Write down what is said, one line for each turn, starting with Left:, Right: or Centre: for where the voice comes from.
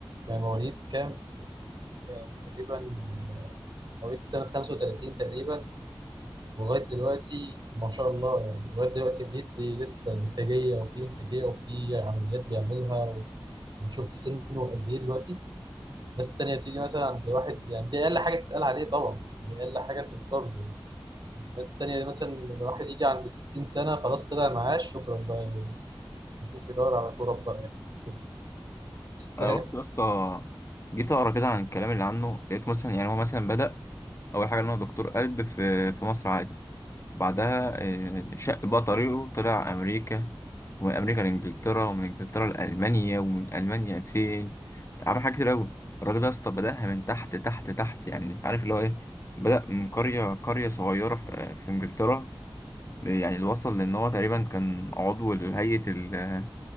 Right: يعني مواليد كام يعني تقريبا آه، مواليد سنه 35 تقريبا ولغايه دلوقتي ما شاء الله يعني لغايه دلوقتي بيدي لسه انتاجيه وفي انتاجيه وفي عمليات بيعملها ونشوف في سنه قد ايه دلوقتي الناس التانية تيجي مثلا عند واحد يعني دي أقل حاجة تتقال عليه طبعا دي أقل حاجة تذكر له الناس التانية دي مثلا لما الواحد يجي عند الستين سنة خلاص طلع معاش شكرا بقى يشوف يدور على تراب بقى يعني. <laughs>
Left: انا
Right: فاهم؟
Left: برضه يا اسطى جيت اقرا كده عن الكلام اللي عنه لقيت مثلا يعني هو مثلا بدأ اول حاجه ان هو دكتور قلب في في مصر عادي بعدها آه، شق بقى طريقه طلع امريكا ومن امريكا لانجلترا ومن انجلترا لالمانيا ومن المانيا فين عمل حاجات كتير قوي الراجل ده يا اسطى بدأها من تحت تحت تحت يعني عارف اللي هو ايه بدأ من قريه قريه صغيره في, آه، في انجلترا يعني اللي وصل لان هو تقريبا كان عضو لهيئه اللي